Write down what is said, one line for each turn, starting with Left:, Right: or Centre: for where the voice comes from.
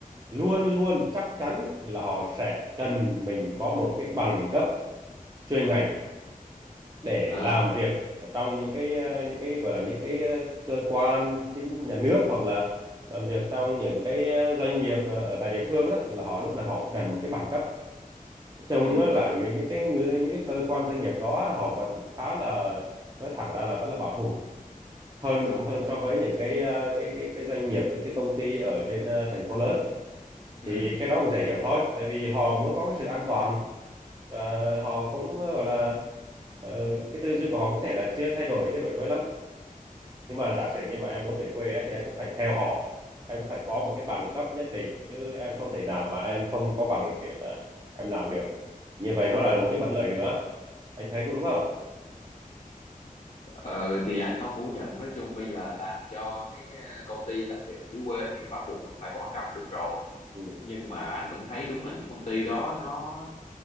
Right: luôn luôn chắc chắn là họ sẽ cần mình có một cái bằng cấp chuyên ngành để
Left: à
Right: làm việc ở trong những cái ờ, những cái gọi là những cái ờ, cơ quan chính nhà nước hoặc là làm việc trong những cái ờ, doanh nghiệp ờ, ở tại địa phương đó là họ lúc nào họ cũng cần một cái bằng cấp trông
Left: ừ
Right: á là người- những cái người những cái cơ quan doanh nghiệp đó họ vẫn khá là nói thẳng ra là vẫn là bảo thủ hơn
Left: đúng
Right: hơn so với những cái ờ, cái cái cái doanh nghiệp những cái công ty ở trên ờ, thành phố lớn
Left: ừ
Right: thì cái đó cũng dễ hiểu thôi tại vì họ muốn có cái sự an toàn và họ cũng ờ, gọi là ờ, cái tư duy của họ có thể là chưa thay đổi chưa đổi mới lắm nhưng mà giả sử như mà em muốn về quê á, thì em cũng phải theo họ em cũng phải có một cái bằng cấp nhất định chứ em không thể nào mà em không có bằng để mà em làm được như vậy nó lại là một cái bất lợi nữa anh thấy có đúng không
Left: ờ, thì anh không phủ nhận nói chung bây giờ làm cho mấy ờ, công ty đặc biệt là dưới quê thì bắt buộc vẫn phải có bằng cấp là đúng rồi
Right: ừ
Left: nhưng mà anh vẫn thấy đúng là những công ty đó nó